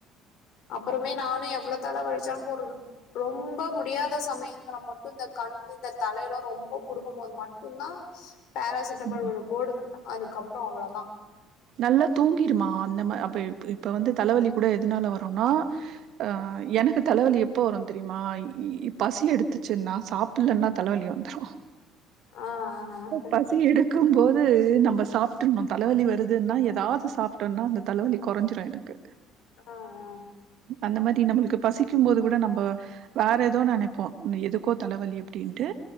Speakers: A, on the left; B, on the right.
A: அப்பறமே நா எவ்ளோ தல வலிச்சாலு போட்ரதில்ல ரொம்ப முடியாத சமயத்துல மட்டு இந்த கண்னு இந்த தலையெல்லா ரொம்ப புடுங்கம்போது மட்டுந்தா பேராசிட்டமால்
B: ம்.
A: ஒண்ணு போடுவ அதுக்கப்பற அவ்ளதா
B: நல்லா தூங்கிருமா அந்த மா அப்ப இப்ப வந்து தலவலி கூட எதுனால வரும்னா ஆ எனக்கு தலவலி எப்ப வரும் தெரியுமா இ பசி எடுத்துச்சுன்னா சாப்புடலன்னா தலவலி வந்துரு
A: ஆ ஆ
B: ப்ப பசி எடுக்கும் போ து நம்ம சாப்ட்டுன்னு தலவலி வருது துன்னா ஏதாவது சாப்புட்டன்னா அந்த தலவலி கொறஞ்சுரு எனக்கு
A: ஆ ஆ
B: அந்த மாரி நம்மளுக்கு பசிக்கும் போது கூட நம்ப வேற ஏதோ நினைப்போ எதுக்கோ தலவலி அப்டின்ட்டு